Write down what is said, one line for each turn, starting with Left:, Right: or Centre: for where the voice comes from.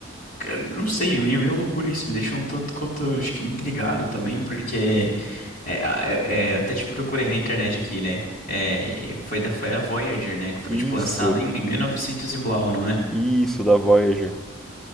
Left: cara, Não sei, é meio, meio loucura isso. Me deixou um tanto quanto, acho que, intrigado também, porque. é, é, é, é, até te procurei na internet aqui, né? É, foi, da, foi a Voyager, né? Que foi,
Centre: Isso,
Left: tipo, lançada em 1900 e novecentos e blau, não é?
Centre: isso da Voyager.